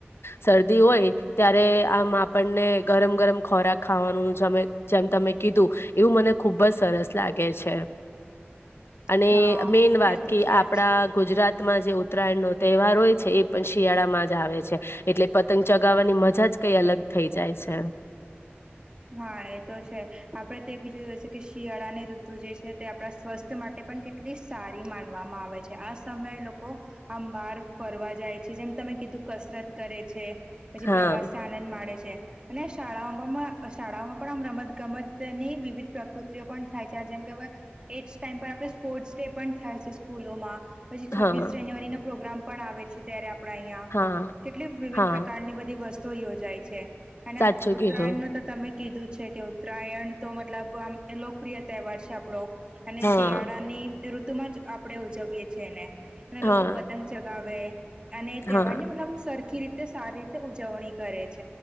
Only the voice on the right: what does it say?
<inaudible>
હા
એ તો
છે
જ
હા એ તો છે. આપડે તો બીજું હોય છે. કે શિયાળા ની ઋતુ જે છે. તે આપણા સ્વાસ્થ્ય માટે પણ કેટલી સારી માનવામાં આવે છે. આ સમયે લોકો આમ બાર ફરવા જાય છે. જેમ તમે કીધું કસરત કરે છે. પછી
પ્રવાસ આનંદ માડે છે અને શાળાઓમાં. શાળાઓમાં પણ આમ રમતગમતની વિવિધ પ્રકૃતિઓ પણ થાય છે જેમ કે એટ્સ ટાઈમ પર સ્પોર્ટ્સ ડે પણ થાય છે સ્કૂલોમાં પછી છવ્વીસ
જાન્યુઆરીનો પ્રોગ્રામ પણ આવે છે ત્યારે આપડા અહિયાં
કેટલી વિવિધ
પ્રકારની બધી વસ્તુઓ યોજાય છે. અને
ઉત્તરાયણ
નું તો તમે કીધું છે કે ઉત્તરાયણ તો મતલબ આમ લોકપ્રિય તહેવાર છે આપડો. અને
શિયાળાની ઋતુમાં જ આપણે ઉજવીએ છીએ એને અને લોકો
પતંગ ચગાવે અને તહેવાર
ની મતલબ સરખી રીતે તે સારી રીતે ઉજવણી કરે છે.